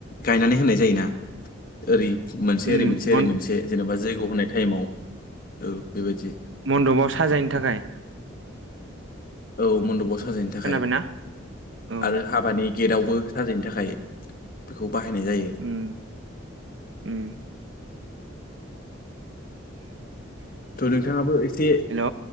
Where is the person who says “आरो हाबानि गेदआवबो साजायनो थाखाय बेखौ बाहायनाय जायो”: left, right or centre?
Left